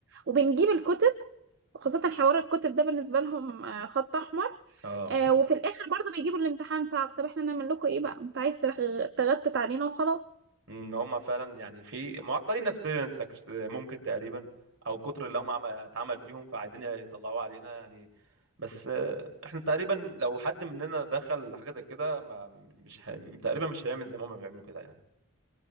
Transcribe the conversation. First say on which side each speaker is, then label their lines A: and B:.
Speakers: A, on the right; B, on the right.
A: وبنجيب الكتب خاصة حوار الكتب ده بالنسبة لهم آه، خط أحمر
B: اه
A: آه وفي الآخر برضو بيجيبوا الامتحان صعب طب احنا نعمل لكم ايه بقى انت عايز تغ- تغتت علينا وخلاص
B: ان هم فعلا يعني في معقدين نفسيا سك- ممكن تقريبا او كتر اللي هم عم- اتعمل فيهم فعايزين يطلعوه علينا يعني بس آه، احنا تقريبا لو حد مننا دخل حاجه زي كده ما مش هي... تقريبا مش هيعمل زي ما هم بيعملوا كده يعني